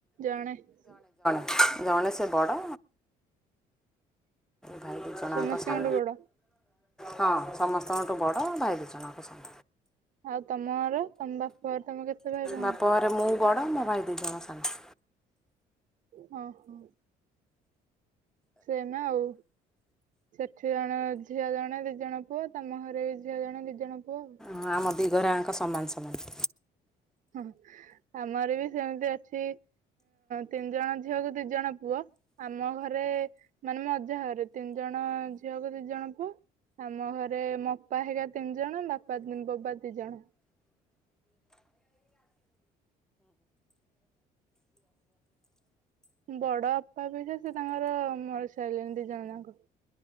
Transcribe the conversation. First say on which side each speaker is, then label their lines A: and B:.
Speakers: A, on the right (about 50°); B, in the centre.
A: ଜଣେ ଜଣେ।
B: ଜଣେ ସେ। ବଡ। ଭାଇ ଦିଜଣ
A: ସମସ୍ତଙ୍କଠୁ
B: ଜାଙ୍କ ସାନ।
A: ବଡ
B: ହଁ ସମସ୍ତଙ୍କଠୁ ବଡ଼ ଭାଇ ଦିଜଣ ସାନ।
A: ଆଉ ତମର। ତମ ବାପା ତମେ କେତେ ଭାଇ ଭଉଣୀ।
B: ବାପ ଘରେ ମୁଁ ବଡ଼ ମୋ ଭାଇ ଦିଜଣ ସାନ।
A: ହଁ ହଁ। ସେନା ଆଉ। ସେଠି ଜଣେ ଝିଅ ଜଣେ ଦି ଜଣ ପୁଅ ତମ ଘରେ ବି ଝିଅ ଜଣେ ଦି ଜଣ ପୁଅ।
B: ହଁ ଆମ ଦିଘାର ଜାଙ୍କ ସମାନ ସମାନ।
A: ହଁ ଆମର ବି ସେମିତି ଅଛି ତିନି ଜଣ ଝିଅକୁ ଦି ଜଣ ପୁଅ। ଆମ ଘରେ ମାନେ ମ ଯାହା ଘରେ ତିନି ଜଣ ଝିଅକୁ ଦି ଜଣ ପୁଅ ଆମ ଘରେ ମୋ ଅପା ହେକା ତିନି ଜଣ ବାପା ବବା ଦି ଜଣ। ବଡ ଅପା ବି ସେ ସେ ତାଙ୍କର ମରିସାରିଲେଣି ଦି ଜଣ ଯାକ